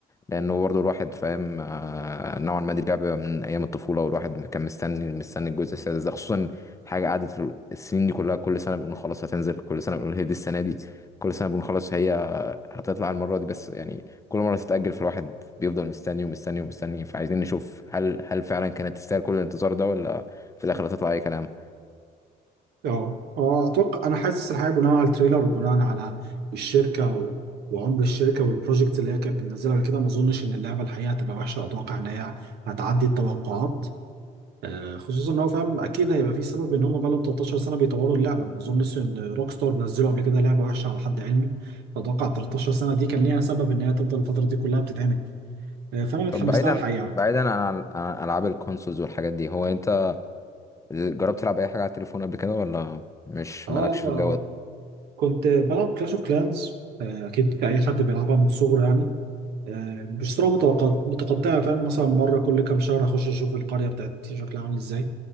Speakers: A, on the left (about 20°); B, on the right (about 75°).
A: لانه برضه الواحد فاهم آه، نوعا ما دي لعبه من ايام الطفوله والواحد كان مستني مستني الجزء السادس ده خصوصا حاجه قعدت السنين دي كلها كل سنه بنقول خلاص هتنزل كل سنه بنقول هي دي السنه دي كل سنه بنقول خلاص هي هتطلع المرة دي بس يعني كل مرة تتأجل فالواحد بيفضل مستني ومستني ومستني فعايزين نشوف هل هل فعلا كانت تستاهل كل الانتظار ده ولا في الآخر هتطلع أي كلام
B: اه اه اتوقع انا حاسس الحقيقة بناء على التريلر وبناء على الشركة و... وعمر الشركة والبروجكت اللي هي كانت بتنزلها قبل كده ما اظنش ان اللعبة الحقيقة هتبقى وحشة اتوقع ان هي هتعدي التوقعات آه، خصوصا ان هو فاهم اكيد هيبقى في سبب ان هم بقى لهم 13 سنه بيطوروا اللعبه ما اظنش ان روك ستار نزلوا قبل كده لعبه وحشه على حد علمي فاتوقع ال 13 سنه دي كان ليها سبب ان هي تفضل الفتره دي كلها بتتعمل آه، فانا متحمس
A: طب بعيدا
B: لها الحقيقه
A: بعيدا عن عن ألعاب الكونسولز والحاجات دي هو أنت جربت تلعب أي حاجة على التليفون قبل كده ولا مش
B: اه
A: مالكش في
B: آه،
A: الجو ده؟
B: كنت بلعب كلاش اوف كلانز اكيد كاي حد بيلعبها من صغره يعني آه، بشتريها متوقع- متقطعه فاهم مثلا مره كل كام شهر اخش اشوف القريه بتاعتي شكلها عامل ازاي